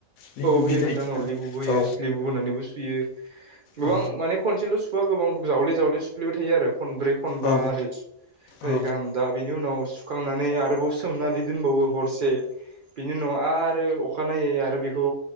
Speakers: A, on the left; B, on the right.
A: लेबु
B: औ होयो
A: बिदै
B: नोंथां लेबुबो होयो
A: औ
B: स्लेबु होनानैबो सुयो। गोबां
A: औ
B: माने खनसेल' सुवा गोबां जावले-जावले सुफलेबाय थायो आरो खनब्रै खनबा
A: औ
B: ओरै ओरै
A: औ
B: गाहामजा बेनि उनाव सु खांनानै आरोबाव सोमनानै दोनबावो हरसे बेनि उनाव आरो अखानायै आरो बेखौ